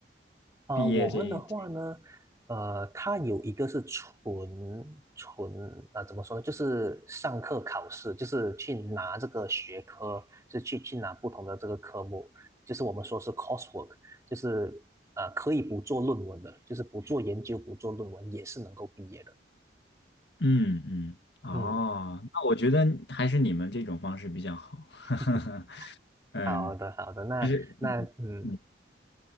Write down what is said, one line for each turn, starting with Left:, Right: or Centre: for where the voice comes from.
Right: 啊、
Left: 毕业这一
Right: 我们的话呢，呃，它有一个是纯纯呃，怎么说呢？就是上课考试，就是去拿这个学科，就是去去拿不同的这个科目，就是我们说是 coursework，就是呃，可以不做论文的，就是不做研究、不做论文也是能够毕业的。
Left: 嗯嗯，哦，
Right: 嗯，
Left: 那我觉得还是你们这种方式比较好。
Right: <laughs>
Left: <laughs> 嗯，
Right: 好的好的，那那嗯
Left: 就是嗯嗯，